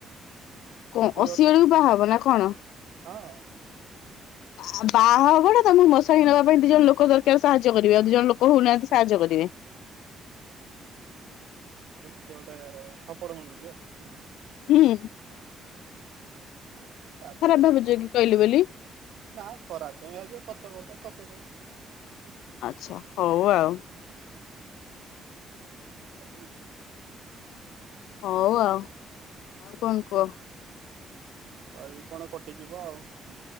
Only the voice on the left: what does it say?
କଣ
ଅଶିଆଳକୁ
ବାହା ହବ ନା କଣ?
ବା ବାହା ହବଟା ତାଙ୍କୁ ମଶାଣି ନବା ପାଇଁ ଦି ଜଣ ଲୋକ ଦରକାର ସାହାଯ୍ୟ କରେ ଆଉ ଦି ଜଣ ଲୋକ ହଉନାହାନ୍ତି ସାହାଯ୍ୟ କରିବେ।
ହୁଁ।
ଖରାପ ଭାବୁଛ
କି କହିଲି ବୋଲି
ଆଛା ହଉ ଆଉ।
ହଉ ଆଉ ଆଉ କଣ କୁହ?